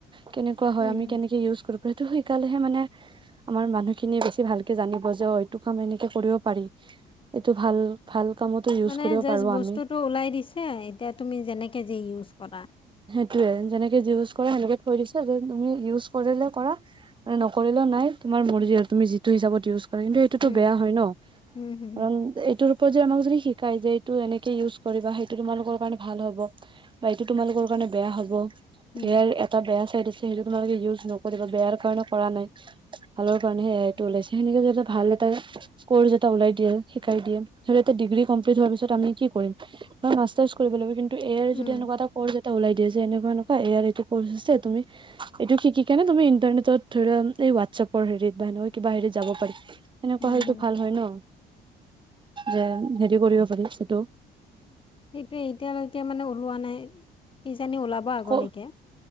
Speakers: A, on the right; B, on the left.
A: কেনেকুৱা হয়
B: উম,
A: আমি কেনেকে ইউজ কৰোঁ সেইটো শিকালে হে মানে আমাৰ মানুহ খিনিয়ে বেছি ভালকে জানিব যে অ এইটো কাম এনেকে কৰিব পাৰি এইটো ভাল ভাল কামতো ইউজ
B: মানে
A: কৰিব
B: জাষ্ট
A: পাৰো আমি
B: বস্তুটো ওলাই দিছে এতিয়া তুমি যেনেকে যি ইউজ কৰা
A: সেইটোৱে যেনেকে যি ইউজ কৰা সেনেকে থৈ দিছে তুমি ইউজ কৰিলে কৰা মানে নকৰিলেও নাই তোমাৰ মৰজি আৰু তুমি যিটো হিচাপত ইউজ কিন্তু এইটোতো
B: উম,
A: বেয়া হয় ন
B: হুম, হুম,
A: কাৰণ এইটোৰ যে আমাক যদি শিকাই যে এইটো এনেকে ইউজ কৰিবা সেইটো তোমালোকৰ কাৰণে ভাল হ'ব বা এইটো তোমালোকৰ কাৰণে বেয়া হ'ব
B: হুম,
A: ইয়াৰ এটা বেয়া চাইড আছে সেইটো তোমালোকে ইউজ নকৰিবা বেয়াৰ কাৰণক কৰা নাই ভালৰ কাৰণেহে এ আইটো ওলাইছে সেনেকে ভাল এটা কৰ্চ এটা ওলাই দিয়ে শিকাই দিয়ে ধৰা এতিয়া ডিগ্ৰী কমপ্লিট হোৱাৰ পিছত আমি কি কৰিম বা মাষ্টাৰ্চ কৰিব লাগিব কিন্তু এ আইৰ
B: উম,
A: যদি এনেকুৱা এটা ক এটা ওলাই দিয়া যে এনেকুৱা এনেকুৱা এ আইৰ এইটো কোৰচ আছে তুমি এইটো শিকি কিনে তুমি ইণ্টাৰনেটত ধৰা এই ৱাটছাপৰ হেৰিত বা সেনেকুৱা কিবা হেৰিত যাব পাৰি সেনেকুৱা
B: হুম,
A: হয়তো
B: হুম,
A: ভাল হয় ন? যে হেৰি কৰিব পাৰি এইটো
B: সেইটোয়ে এতিয়ালৈকে মানে ওলোৱা নাই। কিজানি ওলাব আগলৈকে।
A: ক